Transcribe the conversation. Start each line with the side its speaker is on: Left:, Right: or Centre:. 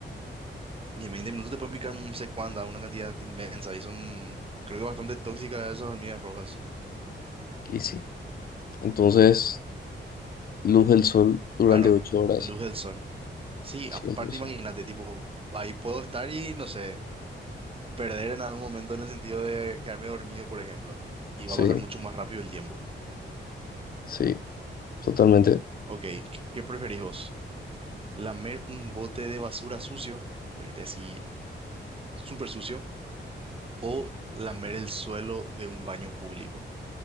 Right: Y en 20 minutos te pueden picar no sé cuánta, una cantidad inmensa, y son, creo que bastante tóxicas esas hormigas rojas.
Left: Y sí. Entonces, luz del sol durante
Right: Claro,
Left: 8 horas,
Right: luz del sol. Sí,
Left: 100%.
Right: aparte imagínate, tipo, ahí puedo estar y no sé. perder en algún momento en el sentido de quedarme dormido, por ejemplo, y
Left: Sí,
Right: va a pasar mucho más rápido el tiempo.
Left: sí, totalmente.
Right: Ok, ¿qué, qué preferís vos? ¿Lamer un bote de basura sucio, porque esté así súper sucio, o lamer el suelo de un baño público?